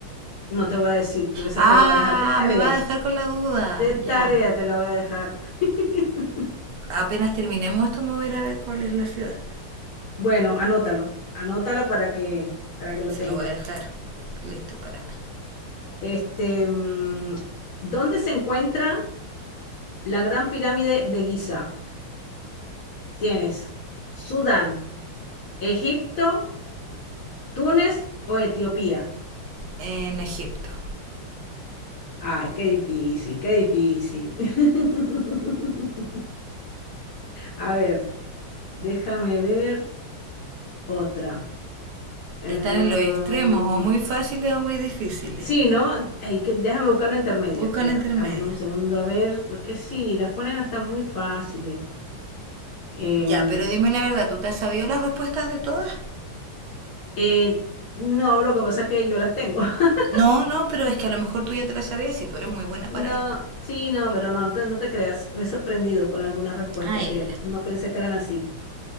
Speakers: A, on the left; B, on the right.
A: No te voy a decir, porque esa
B: Ah,
A: te la voy a dejar de tarea,
B: me va a dejar con la duda.
A: de tarea
B: Ya.
A: te la voy a dejar. <laughs>
B: Apenas terminemos esto, me voy a ir a ver cuál es la ciudad.
A: Bueno, anótalo, anótalo para que, para que lo
B: Si
A: tengas.
B: lo voy a dejar listo para...
A: Este, mm, ¿dónde se encuentra la Gran Pirámide de Giza? Tienes Sudán, Egipto, Túnez o Etiopía.
B: En Egipto.
A: Ay, qué difícil, qué difícil. <laughs> A ver. Déjame ver otra. Em,
B: Están en los extremos, o muy fáciles o muy difíciles.
A: sí, ¿no? Ey, que- déjame buscar una intermedia.
B: Buscan
A: Espera,
B: intermedia.
A: dame, un segundo a ver, porque sí, las ponen hasta muy fáciles. Em,
B: Ya, pero dime la verdad, ¿tú te has sabido las respuestas de todas?
A: eh, no, lo que pasa es que yo las tengo. <laughs>
B: No, no, pero es que a lo mejor tú ya te las sabías y tú eres muy buena
A: No,
B: para esto.
A: sí, no, pero no, no te, no te creas. Me he sorprendido con algunas respuestas
B: Ah, ya,
A: que
B: ya.
A: no pensé que eran así.